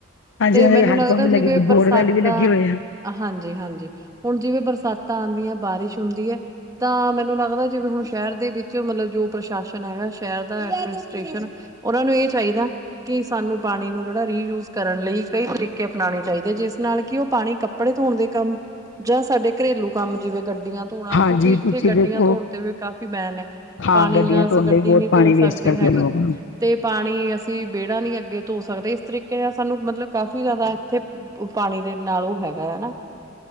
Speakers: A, on the left; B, on the right.
A: ਹਾਂਜੀ
B: ਤੇ
A: ਉਹਨਾਂ
B: ਮੈਨੂੰ
A: ਦੇ ਹੈਂਡ
B: ਲੱਗਦਾ
A: ਪੰਪ ਵੀ
B: ਜਿਵੇਂ
A: ਲੱਗੇ
B: ਬਰਸਾਤਾਂ
A: ਬੋਰਵੈਲ ਵੀ ਲੱਗੇ ਹੋਏ ਆ
B: ਹਾਂਜੀ-ਹਾਂਜੀ, ਹੁਣ ਜਿਵੇਂ ਬਰਸਾਤਾਂ ਆਂਦੀ ਆ ਬਾਰਿਸ਼ ਹੁੰਦੀ ਐ ਤਾਂ ਮੈਨੂੰ ਲੱਗਦਾ ਜਿਵੇ ਹੁਣ ਸ਼ਹਿਰ ਦੇ ਵਿੱਚ ਮਤਲਬ ਜੋ ਪ੍ਰਸ਼ਾਸਨ ਹੈਗਾ ਸ਼ਹਿਰ ਦਾ ਐਡਮਿਨਿਸਟ੍ਰੇਸ਼ਨ ਉਹਨਾ ਨੂੰ ਇਹ ਚਾਹੀਦਾ ਕਿ ਸਾਨੂੰ ਪਾਣੀ ਨੂੰ, ਜਿਹੜਾ ਰੀਯੂਜ ਕਰਨ ਲਈ ਕਈ ਤਰੀਕੇ ਅਪਣਾਣੇ ਚਾਹੀਦੇ ਜਿਸ ਨਾਲ ਕਿ ਉਹ ਪਾਣੀ ਕੱਪੜੇ, ਧੋਣ ਦੇ ਕੰਮ ਜਾਂ ਸਾਡੇ, ਘਰੇਲੂ ਕੰਮ ਜਿਵੇਂ ਗੱਡੀਆਂ ਧੋਣਾ,
A: ਹਾਂਜੀ
B: ਕਿਉਂਕਿ ਇੱਥੇ
A: ਤੁਸੀਂ
B: ਗੱਡੀਆਂ
A: ਦੇਖੋ
B: ਧੋਣ ਤੇ ਵੀ ਕਾਫੀ ਬੇਨ ਐ
A: ਹਾਂ
B: ਪਾਣੀ
A: ਗੱਡੀਆਂ
B: ਨਾਲ ਅਸੀਂ
A: ਧੋਣ
B: ਗੱਡੀ
A: ਲਈ ਬਹੁਤ
B: ਨੀ
A: ਪਾਣੀ
B: ਧੋ
A: ਵੇਸਟ
B: ਸਕਦੇ
A: ਕਰਦੇ
B: ਹੈਗੇ।
A: ਲੋਕ
B: ਤੇ ਪਾਣੀ ਅਸੀਂ ਵਿਹੜਾ ਨੀ ਅੱਗੇ ਧੋ ਸਕਦੇ, ਇਸ ਤਰੀਕੇ ਨਾਲ ਸਾਨੂੰ ਮਤਲਬ ਕਾਫ਼ੀ ਜ਼ਿਆਦਾ ਇੱਥੇ। ਪਾਣੀ ਦੇ ਨਾਲ ਉਹ ਹੈਗਾ ਆ।